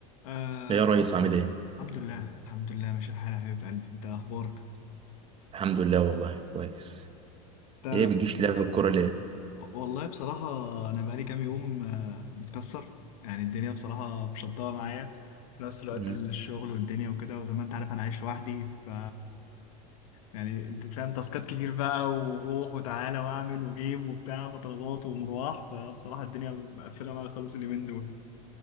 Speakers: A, on the left; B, on the right.
A: آه
B: ايه يا ريس عامل ايه؟
A: الحمد لله الحمد لله ماشي الحال يا حبيب قلبي انت اخبارك
B: الحمد لله والله كويس
A: انت
B: ايه بتجيش لعب الكورة ليه؟
A: والله بصراحة انا بقالي كام يوم آه متكسر يعني الدنيا بصراحة مشطبة معايا في نفس الوقت
B: مم.
A: الشغل والدنيا وكده وزي ما انت عارف انا عايش لوحدي ف يعني انت فاهم تاسكات كتير بقى وروح وتعالى واعمل وجيب وبتاع فطلبات ومروح فبصراحة الدنيا مقفلة معايا خالص اليومين دول